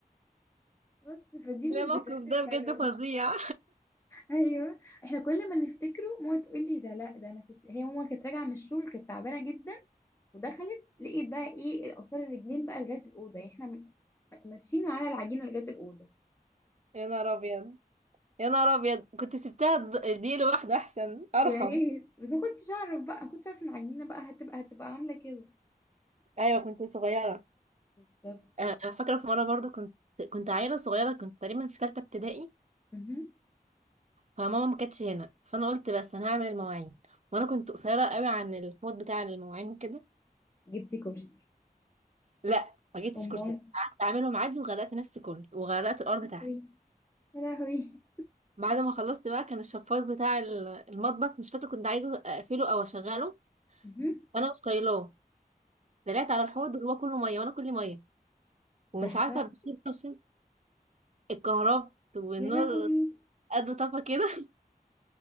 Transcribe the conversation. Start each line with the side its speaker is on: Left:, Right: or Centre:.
Left: بس فدي
Right: لا
Left: من الذكريات
Right: موقف
Left: الحلوه
Right: ده بجد فظيع
Left: ايوه احنا كل ما نفتكره ماما تقول لي ده لا ده انا كنت هي ماما كانت راجعه من الشغل كانت تعبانه جدا ودخلت لقيت بقى ايه الاثار الرجلين بقى لغايه الاوضه يعني احنا م- ماشيين على العجينه لغايه الاوضه
Right: <laughs> يا نهار ابيض يا نهار ابيض كنت سبتها د- دي لوحده احسن ارحم
Left: يعني ايه بس ما كنتش اعرف بقى ما كنتش اعرف ان العجينه بقى هتبقى هتبقى عامله كده
Right: ايوه كنت صغيرة
Left: بالظبط
Right: آه، انا فاكرة في مرة برضو كنت كنت عيلة صغيرة كنت تقريبا في ثالثة ابتدائي
Left: اها
Right: فماما ما كانتش هنا فانا قلت بس انا هعمل المواعين وانا كنت قصيره قوي عن الحوض بتاع المواعين وكده
Left: جبتي كرسي
Right: لا ما جبتش
Left: امال
Right: كرسي قعدت اعملهم عادي وغرقت نفسي كلي وغرقت الارض
Left: يا لهوي
Right: تحت
Left: يا لهوي
Right: بعد ما خلصت بقى كان الشفاط بتاع ال- المطبخ مش فاكره كنت عايزه اقفله او اشغله
Left: اها
Right: وانا مش طايلاه طلعت على الحوض اللي هو كله ميه وانا كلي ميه ومش
Left: زحرق
Right: عارفه بشيل عشان اتكهربت والنور
Left: يا لهوي
Right: قد طفى كده <laughs>